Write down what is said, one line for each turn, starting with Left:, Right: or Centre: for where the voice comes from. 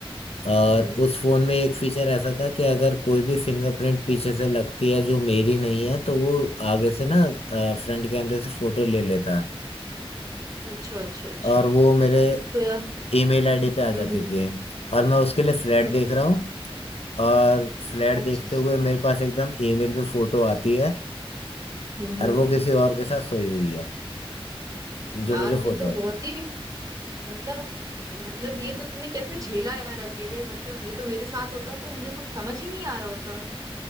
Left: और
Right: हम्म
Left: उस फोन में एक फीचर ऐसा था कि अगर कोई भी फिंगरप्रिंट पीछे से लगती है जो मेरी नहीं है तो वो आगे से ना फ्रंट कैमरे से फोटो ले लेता
Right: अच्छा अच्छा अच्छा
Left: और वो मेरे
Right: तो यार
Left: ईमेल आईडी पे आ
Right: हम्म
Left: जाती
Right: हम्म,
Left: थी और मैं उसके लिए फ्लैट
Right: अच्छा
Left: देख रहा हूँ और फ्लैट
Right: अच्छा
Left: देखते
Right: अच्छा,
Left: हुए मेरे पास एकदम ईमेल पे फोटो आती है
Right: हम्म
Left: और
Right: हम्म
Left: वो किसी और के साथ सोई हुई है
Right: यार
Left: जो मुझे फोटो
Right: ये तो
Left: आई
Right: बहुत ही मतलब मतलब ये तो तूने कैसे झेला यार अकेले मतलब ये तो मेरे साथ होता तो मुझे कुछ समझ ही नहीं आ रहा होता